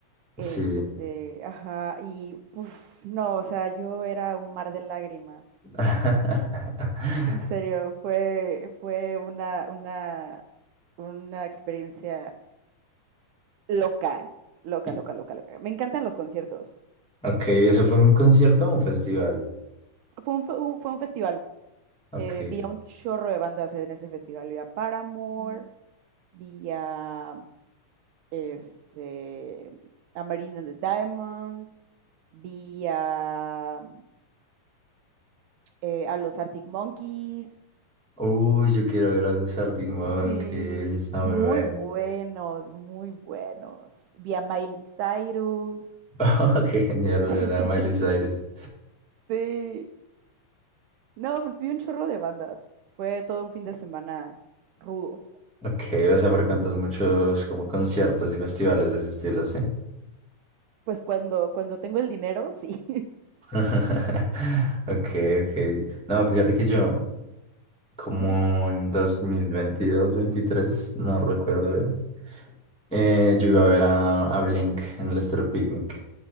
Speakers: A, on the right (about 80°); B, in the centre.
A: Este,
B: Sí.
A: ajá, y puf, no, o sea, yo era un mar de lágrimas.
B: <laughs>
A: En serio, fue, fue una, una, una experiencia loca, loca,
B: Y-
A: loca, loca, loca. Me encantan los conciertos.
B: Ok, ¿eso fue un concierto o un festival?
A: Fue un, fe- un- fue un festival.
B: Ok.
A: eh, vi a un chorro de bandas en ese festival. Vi a Paramore, vi a, este, a Marina and the Diamonds, vi a, eh, a los Arctic Monkeys.
B: Uy, yo quiero ver a los Arctic Monkeys,
A: Sí,
B: está
A: muy
B: muy bueno.
A: buenos, muy buenos. Vi a Miley Cyrus.
B: <laughs> Qué genial
A: <laughs>
B: ver a Miley Cyrus.
A: Sí. No, pues vi un chorro de bandas. Fue todo un fin de semana rudo.
B: Ok, o sea, frecuentas muchos como conciertos y festivales de ese estilo, ¿sí?
A: Pues cuando, cuando tengo el dinero, sí.
B: <laughs> Okay, okay. No, fíjate que yo,
A: <laughs>
B: como
A: Ujú.
B: en dos mil veintidós, veintitrés, no recuerdo bien, eh, yo iba a ver a, a Blink en el Estéreo Picnic,